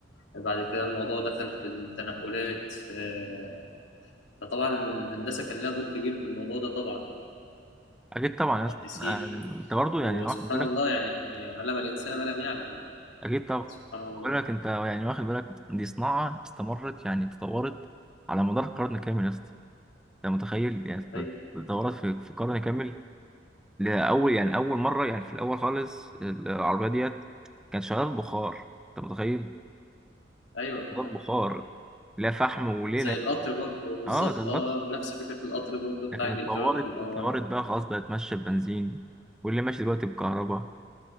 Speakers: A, on the left; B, in the centre.
A: بعد كده الموضوع دخل في التنقلات آه، فطبعا الهندسه كان لها دور كبير في الموضوع ده طبعا
B: اكيد طبعا يا
A: مهندسين
B: اسطى آه، انت برضه
A: وسبحان
B: يعني واخد بالك
A: الله يعني علم الانسان ما لم يعلم
B: أكيد طبعا
A: آه، سبحان الله
B: بقول لك أنت يعني واخد بالك دي صناعة استمرت يعني تطورت على مدار قرن كامل يا اسطى أنت متخيل يعني
A: ايوه
B: تطورت في في قرن كامل لأول يعني أول مرة يعني في الأول خالص ال- العربية ديت كانت شغالة بخار أنت متخيل
A: ايوه
B: شغالة بخار لا فحم وليلة
A: زي القطر برضه بالظبط
B: أه ده الأصل
A: اه آه، نفس فكره القطر برضه بتاع
B: لكن
A: انجلترا
B: اتطورت
A: في الاول
B: اتطورت بقى خلاص بقت ماشية ببنزين واللي ماشي دلوقتي بكهرباء